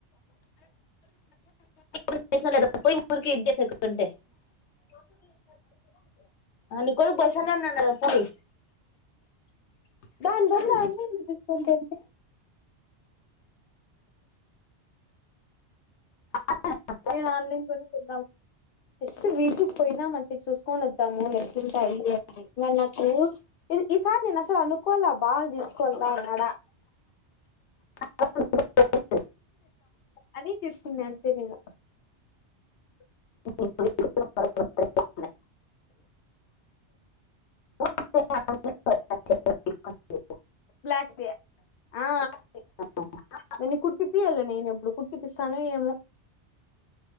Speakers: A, on the left; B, on the left.
A: <unintelligible>
B: దాని బదులు ఆన్లైన్ తీసుకుంటే
A: అ
B: నేను ఆన్నీ కొనుకుందామని జస్ట్ వీటికి పోయినా మనకి చూసుకొని వద్దాము అని ఎట్లుంటాయి అని నాకు ఈసారి నేను అసలు అనుకోలే బాగా తీసుకోవాలా అన్నాడా
A: <inaudible>
B: అనీ తీసుకున్నా అంతే నేను
A: <inaudible> <inaudible>
B: బ్లాక్ ది ఆ
A: <inaudible>
B: దాన్ని కుట్టిపియాల నేను ఎప్పుడు కుట్టిపిస్తానో ఏమో